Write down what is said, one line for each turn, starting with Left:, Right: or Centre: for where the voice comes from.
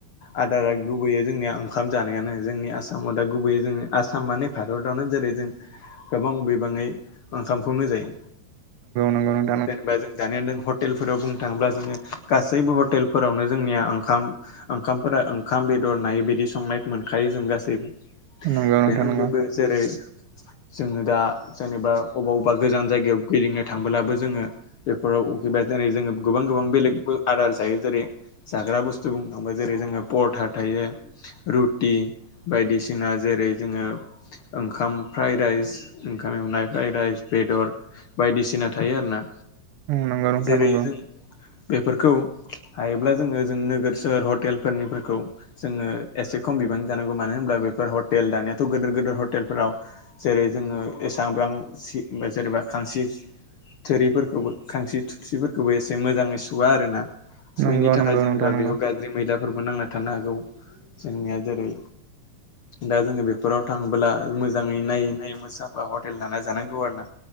Left: आदारा गुबैयो जोंनिया ओंखाम जानायानो जोंनि आसामाव दा गुबैै जोङो आसाम माने भारतावनो जों जेरै जों गोबां बिबाङै ओंखामखौनो जायो
Right: नंगौ
Left: जेनेबा जों जानायानो दं हटेलफोराव बुंनो थाङोब्ला जोङो गासैबो हटेलफोरावनो जोंनिया ओंखाम ओंखामफोरा ओंखाम बेदर नायै बिदि संनाय मोनखायो जों गासैबो
Right: नंगौ
Left: बेेनबो
Right: नोंथां नंगौ
Left: जेरै जोङो दा जेनेबा अबेबा अबेबा गोजान जायगायाव गिदिंनो थांबोब्लाबो जोङो बेफोराव उखैबा जेरै जोङो गोबां गोबां बेलेग आदार जायो जेरै जाग्रा बुस्थु बुंनो थांबा जेरै जोङो परथा थायो रुटि बायदिसिना जेरै जेरै जोङो ओंखाम फ्राइ राइस ओंखाम एवनाय फ्राइ राइस बेदर बायदिसिना थायो आरोना
Right: नंगौ नोंथां नंगौ नोंथां
Left: जेरै
Right: नंगौ
Left: जों बेफोरखौ हाय दा जोंङ जों नोगोर सोहोर हतेल फोरनि फोरखौ जोंङ एसे खमबिबांनि जानांगौ मानो होनल्बा बेफोर हटेल दानियाथ' गदेर गेदेर हटेलफोराव जेरै जोङो एसेबां जेनबा खांसि थोरिफोरखौबो खांसी थोरसिफोरखौबो एसे मोजाङै सुवआ आरोना सुयैनि
Right: नंगौ
Left: थाखाय
Right: नंगौ
Left: जेनेबा
Right: नोंथां नंगौ
Left: बेयाव गाज्रि मैला फोरबो नांना थानो हागौ जोंनिया जेरै दा जोङो बेफोराव थाङोब्ला मोजाङै नायै नायै मोसाफा हटेल लाना जानांगौ आरो ना